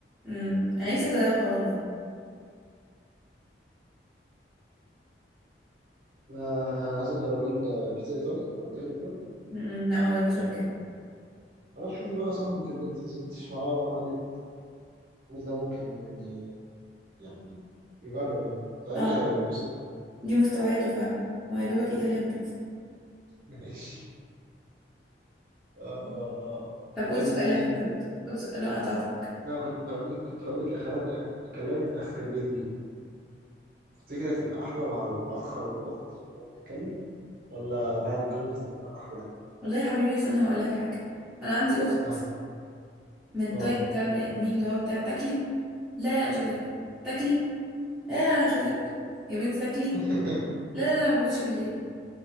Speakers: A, in the centre; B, on the right.
A: امم انا نفسي اجربها والله
B: ما عايز تجربي البيتزا الإيطالي؟ جربتهاش قبل كده؟
A: امم لا ما جربتهاش قبل كده
B: خلاص شوفي بقى صاحبك اللي انت نزلتش معاه ولا مرة دي تقول ده ممكن يعني يعني يجرب يعني سؤالي
A: اه
B: هيتبسط
A: دي مستوياته فعلا هو يا دوبك ايطاليان بيتزا
B: <laughs> ماشي اه آه.
A: طب قول
B: طيب
A: سؤالك
B: انت
A: انت كنت قول سؤال انا قطعتك
B: انا كنت هقول لك كنت هقول لك اخرات اكلات اخر الليل دي تفتكر هتبقى احلى مع الاخ او الاخت وهو بيتكلم ولا بعد الجواز تبقى احلى؟
A: والله يا حبيبي بس انا هقول لك حاجه انا عندي اخت
B: اه
A: من الطيب
B: اه
A: بتاع البني ادمين اللي هو بتاع تاكلي لا لا أنا مش عايزه اكل تاكلي لا لا أنا مش عايزه اكل يا بنتي تاكلي
B: <laughs>
A: لا لا أنا ما باكلش بالليل